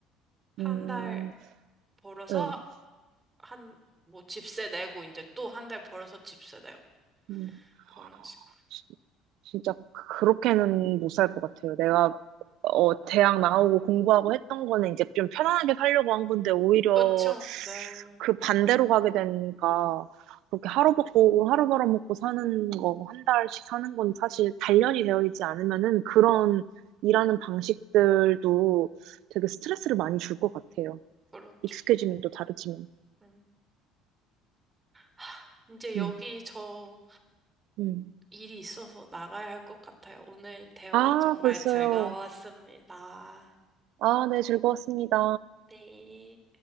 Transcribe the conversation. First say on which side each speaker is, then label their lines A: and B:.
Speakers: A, on the right; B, on the right.
A: 한
B: 음,
A: 달 벌어서
B: 네.
A: 한, 뭐 집세 내고 이제 또 한 달 벌어서 집세 내고
B: 음.
A: 그런 식으로.
B: 시- 진짜 그렇게는 못 살 것 같아요. 내가 어, 대학 나오고 공부하고 했던 거는 이제 좀 편안하게 살려고 한 건데 오히려
A: 그렇죠. 네.
B: 그 반대로 가게 되니까 그렇게 하루 먹고 하루 벌어먹고 사는 거 한 달씩 사는 건 사실 단련이 되어 있지 않으면은 그런 일하는 방식들도 되게 스트레스를 많이 줄 것 같아요.
A: 그렇죠.
B: 익숙해지면 또 다르지만.
A: 음. 하, 이제 여기
B: 음,
A: 저
B: 음.
A: 일이 있어서 나가야 할 것 같아요. 오늘 대화
B: 아,
A: 정말
B: 벌써요.
A: 즐거웠습니다.
B: 아, 네, 즐거웠습니다.
A: 네.